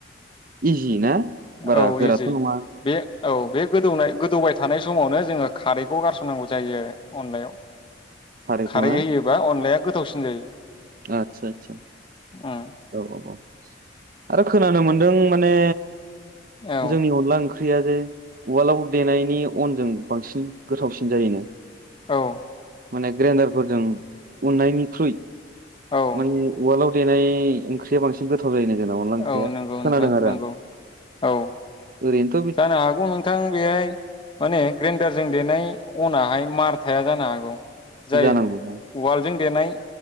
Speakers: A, on the right (about 50°); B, on the left (about 30°).
A: इजि ना? बारा
B: औ
A: गोराथ'
B: इजि
A: नङा।
B: बे औ बे गोदौनाय गोदौबाय थानाय समावनो जोङो खारैखौ गारसननांगौ जायो अनलायाव।
A: खारैखौ
B: खारै
A: ना?
B: होयोबा अनलाया गोथावसिन जायो।
A: आतसा आतसा।
B: उम
A: औ औ औ। आरो खोनानो मोनदों माने
B: औ
A: जोंनि अनला ओंख्रि ओंख्रिया जे उवालाव देनायनि अनजों बांसिन गोथावसिन जायोनो।
B: औ।
A: माने ग्रेन्डारफोरजों उननायनिख्रुइ
B: औ औ
A: माने उवालाव देनाय ओंख्रिया बांसिन गोथाव थाव जायोनो जोंना अनला
B: औ
A: ओंख्रिया
B: नंगौ
A: खोनादों
B: नोंथां
A: आरो
B: नंगौ
A: आं
B: औ
A: ओरैनो थ'
B: जानो हागौ नोंथां बेहाय माने ग्रेन्डारजों देनाय अनाहाय मार थाया जानो हागौ। जाय
A: जानांगौ दां।
B: उवाल जों देनाय